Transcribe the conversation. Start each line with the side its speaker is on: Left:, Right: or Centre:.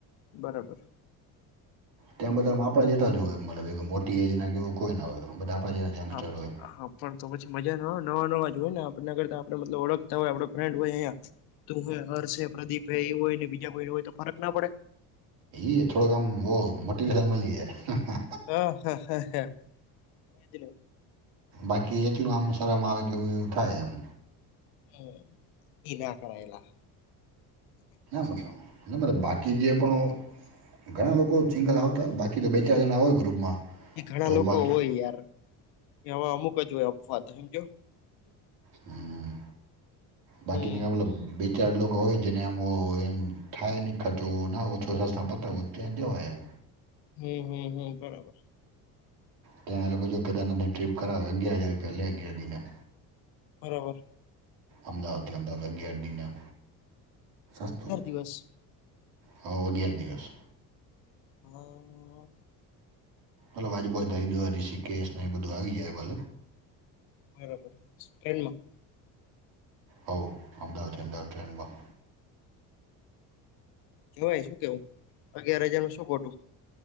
Left: બરાબર.
Right: ત્યાં બધા આપણા જેતા જ હોય મતલબ એક મોટી એજના કેવું કોઈ ના હોય બધા આપણા જેતા યંગસ્ટર
Left: હા.
Right: હોય.
Left: હા પણ તો પછી મજા ના નવા નવા જો હોય ને આપણે આગળ તો આપણે મતલબ ઓળખ આપડા ફ્રેન્ડ હોય અયા તું હર્ષ, પ્રદીપ એ હોયને બીજા ભાઈ હોય તો ફરક ના પડે.
Right: એ થોડો આમ મોટીવેશન મલી જાય.
Left: હા, હા, હા, હા એજ ને.
Right: બાકી એટલું આમ શરમ આવે કે એવું એવું થાય એમ.
Left: હમ ઈ ના કરાયેલા.
Right: <inaudible> ના ના બાકી જે પણ ઘણા લોકો સિંગલ આવતા બાકી તો બે ચાર જણા હોય ગ્રુપમાં.
Left: એ ઘણા
Right: તો
Left: લોકો
Right: બાકી
Left: હોય યાર એ આવા અમુક જ હોય અફવા તો સમજ્યો.
Right: હમ બાકી
Left: હમ
Right: ના ઓલા ચાર લોકો હોય જેને એમ એમ થાય નહીં ખચું ના ઓછો ખર્ચ પતાવું ત્યાં જવાય એમ.
Left: હમ, હમ, હમ બરાબર.
Right: ત્યાંના લોકો જો કેદારના ટ્ર્રીપ કરાવે અગિયારજાર અગીયાર દીના.
Left: બરાબર.
Right: અમદાવાદ થી અમદાવાદ અગીયાર દીના સસ્તું.
Left: અગિયાર દિવસ.
Right: હાવ અગિયાર દિવસ.
Left: હા.
Right: આજુ બાજું હરિદ્વાર રીસીકેશ એ બધું આવી જાય.
Left: બરાબર ટ્રેનમાં?
Right: હા અમદાવાદ થી અમદાવાદ ટ્રેનમાં.
Left: જવાય શું કેવું અગિયાર હજાર માં શું ખોટું.